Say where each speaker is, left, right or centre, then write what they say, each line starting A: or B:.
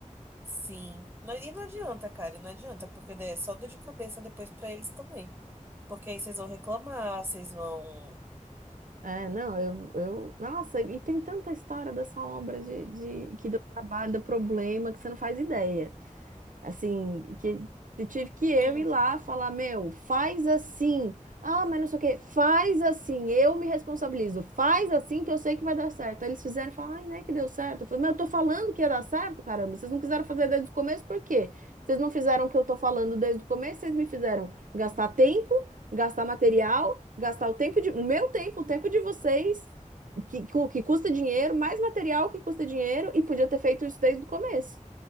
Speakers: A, on the right; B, on the right.
A: Sim. Não- E não adianta, cara, e não adianta, porque daí é só dor de cabeça depois pra eles também. Porque aí vocês vão reclamar, vocês vão.
B: É, não, eu, eu. Nossa, e tem tanta história dessa obra de, de que deu trabalho, deu problema, que você não faz ideia. Assim, que, que tive que eu
A: <clears throat>
B: ir lá falar, meu, faz assim. Ah, mas não sei o quê. Faz assim, eu me responsabilizo. Faz assim que eu sei que vai dar certo. Aí eles fizeram e falaram, ai, né, que deu certo. Eu falei, mas eu tô falando que ia dar certo, caramba. Vocês não quiseram fazer desde o começo, por quê? Vocês não fizeram o que eu tô falando desde o começo, vocês me fizeram gastar tempo, gastar material, gastar o tempo de, o meu tempo, o tempo de vocês, que, que custa dinheiro, mais material que custa dinheiro, e podia ter feito isso desde o começo.